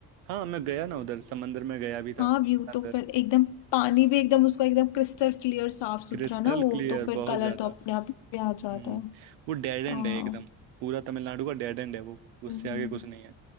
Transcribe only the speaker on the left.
हाँ व्यू
तो फिर एकदम पानी भी एकदम उसका एकदम क्रिस्टल क्लियर साफ सुथरा
ना वो
तो फिर
कलर
तो अपने आप ही आ जाता
है
हाँ
हम्म,